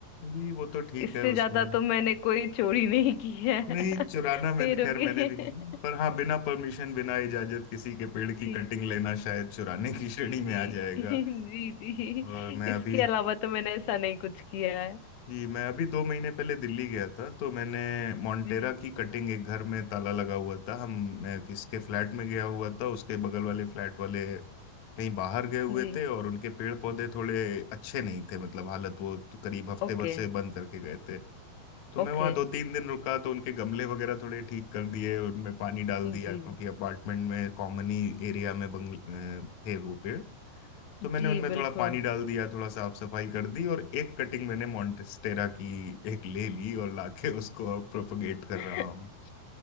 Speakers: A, on the left (about 65°); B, on the left (about 80°).
A: ये वो तो ठीक
B: इससे
A: है उसमें
B: ज्यादा तो मैंने कोई चोरी नहीं की है <laughs>
A: नहीं चुराना मैंने
B: पैरों
A: खैर मैंने
B: की
A: भी नहीं
B: <laughs>
A: पर हाँ बिना परमिशन बिना इजाजत किसी के पेड़
B: जी
A: की कटिंग लेना शायद चुराने की श्रेणी
B: जी जी
A: में आ जाएगा
B: <laughs> जी जी
A: और मैं
B: इसके
A: अभी
B: अलावा तो मैंने ऐसा नहीं कुछ किया है
A: जी मैं अभी दो महीने पहले दिल्ली गया था तो मैंने मोन्टेरा
B: जी
A: की कटिंग एक घर में ताला लगा हुआ था हम मैं किसके फ्लैट में गया हुआ था उसके बगल वाले फ्लैट वाले कहीं बाहर गए हुए
B: जी
A: थे और उनके पेड़ पौधे थोड़े अच्छे नहीं थे मतलब हालत वो तो करीब हफ्ते
B: Okay
A: भर से बंद करके गए थे तो मैं
B: okay
A: वहाँ दो तीन दिन रुका तो उनके गमले वगैरह थोड़े ठीक कर दिए उनमें पानी डाल
B: जी
A: दिया क्योंकि अपार्टमेंट में कॉमन ही एरिया में बंगल अ, थे वो पेड़ तो मैंने
B: जी
A: उनमें थोड़ा
B: बिल्कुल
A: पानी डाल दिया थोड़ा साफ सफाई कर दी और एक कटिंग मैंने मॉन्टेस्टेरा की एक ले ली और लाके उसको अब प्रोपगेट कर
B: <laughs>
A: रहा हूँ